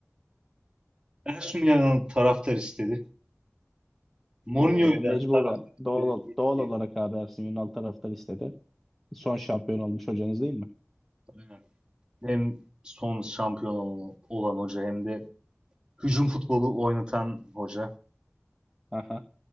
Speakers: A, on the right (about 15°); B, in the centre.
A: Ersun Yanal'ı taraftar istedi. Mourinho'yu
B: Ee, mecburen
A: da taraftar istedi.
B: doğal, doğal olarak abi Ersun Yanal taraftar istedi. Son şampiyon olmuş hocanız değil mi?
A: Aynen. Hem son şampiyon olan hoca hem de Hücum futbolu oynatan hoca.
B: Aha.